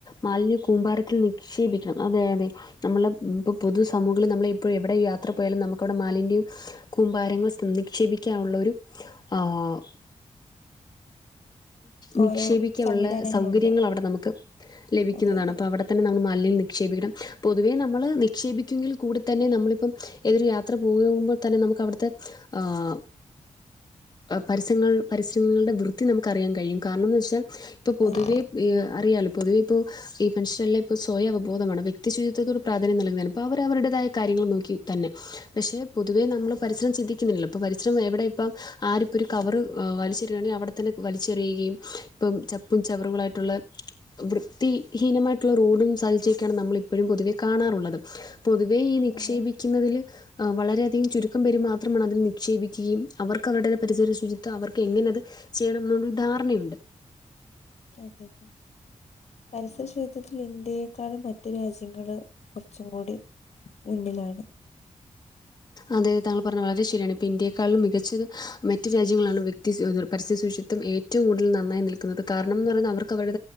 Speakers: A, on the left; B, on the left.
A: മാലിന്യ കൂമ്പാരത്തിൽ നിക്ഷേപിക്കണം അതെ അതെ നമ്മള പ്പൊ പൊതു സമൂഹങ്ങളിൽ നമ്മൾ ഇപ്പോ എവിടെ യാത്ര പോയാലും നമുക്കവിടെ മാലിന്യ കൂമ്പാരങ്ങൾ നിക്ഷേപിക്കാനുള്ളൊ ഒരു ആഹ് നിക്ഷേപിക്കാനുള്ള
B: ഓരോ സംവിധാനങ്ങളുണ്ട്
A: സൗകര്യങ്ങൾ അവിടെ നമുക്ക് ലഭിക്കുന്നതാണ്
B: അതെ അതെ
A: അപ്പൊ അവിടെ തന്നെ നം മാലിന്യ നിക്ഷേപിക്കണം പൊതുവേ നമ്മൾ നിക്ഷേപിക്കുമെങ്കിൽ കൂടെ തന്നെ നമ്മൾ പ്പം ഏതൊരു യാത്ര പോകുമ്പോൾ തന്നെ നമുക്ക് അവിടുത്തെ ആഹ് പരിസരങ്ങൾ പരിസരങ്ങളുടെ വൃത്തി നമുക്ക് അറിയാൻ കഴിയും കാരണം എന്ന് വെച്ചാൽ ഇപ്പോൾ പൊതുവേ
B: അതെ
A: വി അറിയാാലോ പൊതുവെ ഇപ്പോ ഈ മൻഷെര്ല് പ്പോ സ്വയം അവബോധമാണ് വ്യക്തിയചത്വത്തോട് പ്രധാന്ം നൽകതാണ് അപ്പ അവരുടേത കാര്യങ്ങൾ നോക്കി തന്നെ പക്ഷേ പൊതുവേ നമ്മൾ പരിസരം ചിന്തിക്കുന്നില്ല പ്പോ പരിസരം എവിടെ ഇപ്പം ആരിപ്പോം ഒരു കവറ് വലിച്ചറിയാണെ അവിടെത്തന്നെ വലിച്ചെറിയുകയും ഇപ്പം ചപ്പും ചവറുകളായിട്ടുള്ള വൃത്തിഹീനമായിട്ടുള്ള റോഡും സാഹചര്യൊക്കെയാണ് നമ്മൾ ഇപ്പോഴും പൊതുവെ കാണാറുള്ളത് പൊതുവേ ഈ നിക്ഷേപിക്കുന്നതിൽ
B: അതെ
A: അഹ് വളരെയധികം ചുരുക്കം പേര് മാത്രമാണ് അതിൽ ക്ഷേപിക്കുകയും അവർക്ക് അവരുടേത് പരിസര ശുചിത്വം അവർക്ക് എങ്ങനെ അത് ചെയ്യണം എന്നുള്ളൊരു ധാരണയുണ്ട്
B: അതെതെ പരിസര ശുചിത്വത്തിൽ ഇന്ത്യയെക്കാളും മ റ്റ് രാജ്യങ്ങള് കുറച്ചും കൂടി മുന്നിലാണ്
A: അതായത് താങ്കൾ പറഞ്ഞാൽ വളരെ ശരിയാണ് ഇപ്പോൾ ഇന്ത്യെക്കാളും മികച്ചത് മറ്റു രാജ്യങ്ങളാണ് വ്യക്തി പരിസ്ഥിതി സൂശി ത്തം ഏറ്റവും കൂടുതൽ നന്നായി നിൽക്കുന്നത് കാരണം ന്ന് പറയുന്ന അവർക്ക് അവരു